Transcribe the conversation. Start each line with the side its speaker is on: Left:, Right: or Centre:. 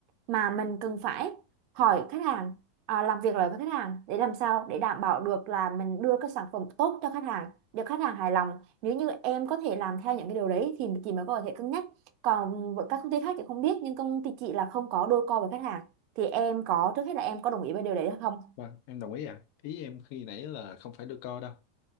Right: mà mình cần phải hỏi khách hàng à, làm việc lại với khách hàng để làm sao để đảm bảo được là mình đưa cái sản phẩm tốt cho khách hàng được khách hàng hài lòng nếu như em có thể làm theo những cái điều đấy thì chị mới có thể cân nhắc còn với các công ty khác chị không biết nhưng công ty chị là không có đôi co với khách hàng thì em có trước hết là em có đồng ý với điều đấy hay không
Left: vâng em đồng ý à ý em khi nãy là không phải đưa co đâu